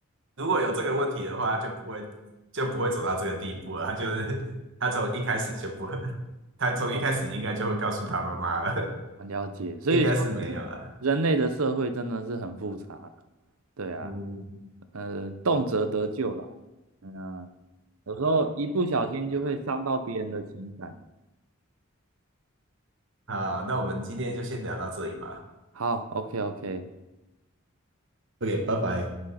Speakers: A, on the right; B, on the right.
A: 如果有这个问题的话，就不会就不会走到这个地步了。他就是他从一开始就不会，他从一开始应该就会告诉他妈妈了，
B: 哦，很了解，
A: <laughs>
B: 所以说
A: 应该是没有了。
B: 人类的社会真的是很复杂，对啊，
A: 嗯，
B: 呃，动辄得咎啦，嗯、啊有时候一不小心就会伤到别人的情感。
A: 好，那我们今天就先聊到这里吧。
B: 好，OK OK。
A: OK，拜拜。